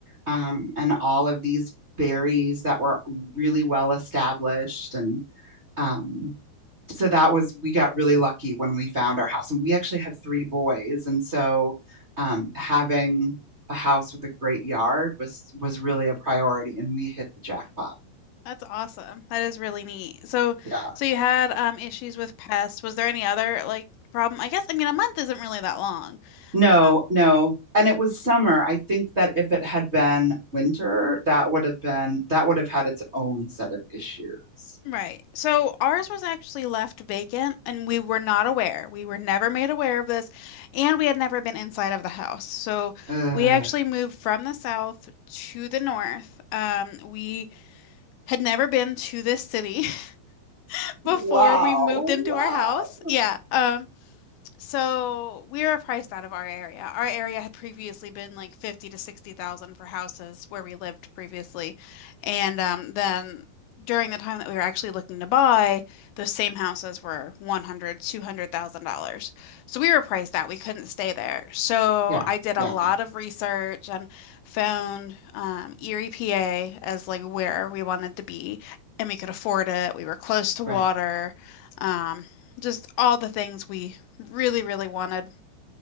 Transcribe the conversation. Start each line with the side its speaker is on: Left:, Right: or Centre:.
Right: Um, and all of these berries that were really well established and um so that was we got really lucky when we found our house and we actually have three boys and so um, having a house with a great yard was was really a priority and we hit the jackpot
Left: Right. That's awesome. That is really neat. So,
Right: yeah
Left: so you had um issues with pests. Was there any other like problem? I guess I mean a month isn't really that long.
Right: no
Left: Uh,
Right: no and it was summer i think that if it had been winter that would have been that would have had its own set of issues
Left: right. So ours was actually left vacant and we were not aware. We were never made aware of this and we had never been inside of the house. So
Right: uh,
Left: we actually moved from the south to the north. Um, we had never been to this city. <laughs> before
Right: wow
Left: we moved into
Right: wow
Left: our house. Yeah. Um so we are priced out of our area. Our area had previously been like 50 to 60,000 for houses where we lived previously. And um, then during the time that we were actually looking to buy, those same houses were one hundred, two hundred thousand dollars So we were priced out. We couldn't stay there. So
Right: yeah
Left: I did
Right: yeah
Left: a lot of research and found um, Erie, PA as like where we wanted to be and we could afford it. We were close to water.
Right: right
Left: Um, just all the things we really, really wanted.